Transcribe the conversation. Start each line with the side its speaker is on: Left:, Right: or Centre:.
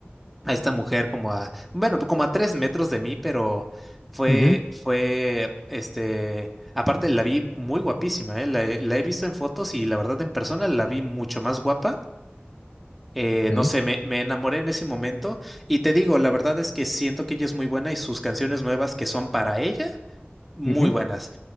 Centre: a esta mujer como a, bueno, como a tres metros de mí, pero fue,
Left: ujú,
Centre: fue, este, aparte la vi muy guapísima, ¿eh? La, he la he visto en fotos y la verdad en persona la vi mucho más guapa. Eh,
Left: ok,
Centre: no sé, me, me enamoré en ese momento y te digo, la verdad es que siento que ella es muy buena y sus canciones nuevas que son para ella, muy
Left: ujú.
Centre: buenas.